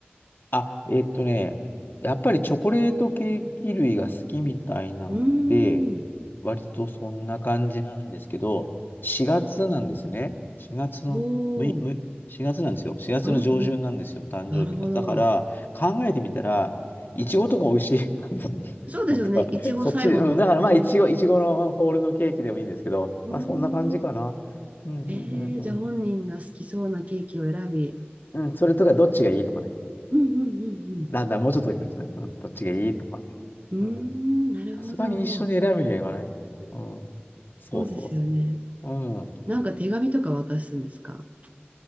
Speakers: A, on the left; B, on the right.
A: あ、えっとね、やっぱりチョコレートケーキ類が好きみたいなので、
B: うーん。
A: 割とそんな感じなんですけど、4月なんですね。4月の、
B: おー。
A: むい、むい、月なんですよ。4月の上旬なんですよ、
B: うんうん。
A: 誕生日が。
B: なるほど。
A: だから、考えてみたら、いちごとか美味しいはず <laughs> なんです。
B: そうですよね。
A: 本当は。
B: いちご最後のギリギリ。
A: そっちで、うん、だからまあ、いちご、いちごのホールのケーキでもいいんですけど、
B: お
A: まあ、そんな感じかな。
B: ー。
A: うんうんうんうん。
B: えー、じゃあ本人が好きそうなケーキを選び。
A: うん、それとかどっちがいいとかね。
B: うんうんうん
A: だんだんもうちょっとできるんですね。うん、どっちがいいとかね。
B: うん。
A: うん。
B: うーん、なるほど。
A: さすがに一緒に選ぶにはいかない。うん。そうそうそ
B: そうですよね。
A: う。うん。
B: なんか手紙とか渡すんですか